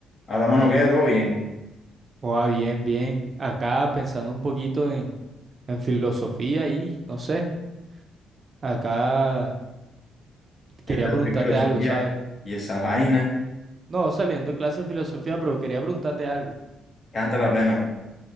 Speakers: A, on the left; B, on the right.
A: A la mano queda todo bien.
B: Oh, bien, bien. Acá pensando un poquito en, en filosofía y no sé, acá
A: Es
B: quería
A: de
B: preguntarte
A: otra filosofía.
B: algo, ¿sabes?
A: Y esa vaina,
B: No, saliendo de clase de filosofía, pero quería preguntarte algo.
A: canta la plena, pues.